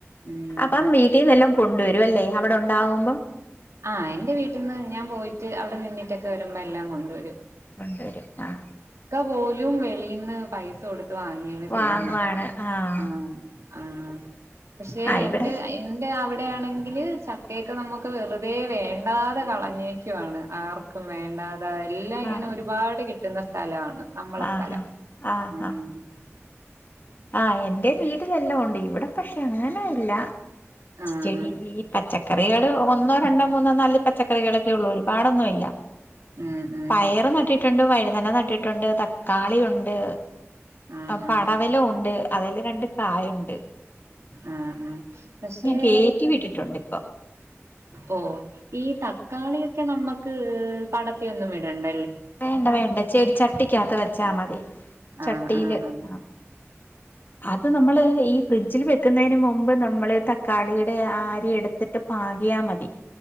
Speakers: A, on the right; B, on the left.
A: ഉം
B: അപ്പം വിട്ടിന്ന് എല്ലാം കൊണ്ട് വരും ഇതല്ലേ അവിടെ ഉണ്ടാകുമ്പോം
A: ആ എന്റെ വിട്ടിന്ന് ഞാൻ പോയിട്ട് അവിടെ നിന്നിട്ട്ക്കെ വരുമ്പോ എല്ലാം കൊണ്ട് വരും
B: കൊണ്ട് വരും ആ
A: കോലും വേളിയ്ന്ന് പൈസ കൊട് വാങ്ങിയാണ്
B: വാങ്ങുവാണ്
A: ചെയുന്ന
B: ആഹ്
A: ആ ആ പക്ഷേ
B: ആഹ്
A: എൻ്റെ
B: ഇവിടെ
A: എന്റെ അ ഇവിടെയാണെങ്കില് ചക്കയൊക്കെ നമ്മുക്ക് വെറു വേ വേണ്ടതെ കളഞ്ഞേക്കുവാണ് ആർക്കും വേണ്ടാ അതാ എല്ലാം ഇങ്ങനെ
B: ആഹ്
A: ഒരുപാട് കിട്ട കിട്ടുന്ന സ്ഥലാണ് നമ്മളെ
B: ആഹ്
A: സ്ഥലം
B: ആഹ്
A: ഉം
B: ആഹ് ആഹ് എന്റെ വീട്ടിലെല്ലാം ഒണ്ട് ഇവിടെ പക്ഷെ അങ്ങനെ ഇല്ല
A: ആഹ്
B: ചെടി
A: ആഹ്
B: പച്ചക്ക കറികള് ഒന്നോ രണ്ടോ മൂന്നോ നല്ല പച്ചക്കറികളൊക്കെ ഉള്ളൂ ഒരുപാടൊന്നും ഇല്ല
A: ഉം ഉം
B: പയറ് നട്ടിട്ട് ണ്ട് വഴുതന നട്ടിട്ടുണ്ട് തക്കാളി ഉണ്ട്
A: ആഹ്
B: ആ
A: ആഹ്
B: പടവലം ഉണ്ട ണ്ട് അതേല് രണ്ട് കായൊണ്ട്
A: ആ ആ പക്ഷേ
B: കേറ്റി വിട്ടിട്ടുണ്ട് ഇപ്പൊ
A: ഓ ഈ തക്കാളിയൊ ക്കെ നമ്മക്ക് പടത്തി ഒന്നും വിടണ്ട
B: വേണ്ട വേണ്ട ചെടി ചട്ടിക്കകത്ത് വെച്ചാ മതി ചട്ടിയില്
A: ആഹ് ആഹ് ആഹ്
B: ആ അത് നമ്മള് ഈ ഫ്രിഡ്ജിൽ വെക്കുന്നതിന് മുൻപ് നമ്മള് തക്കാളിയുടെ ആ അരി എടുത്തിട്ട് പാകിയാ മതി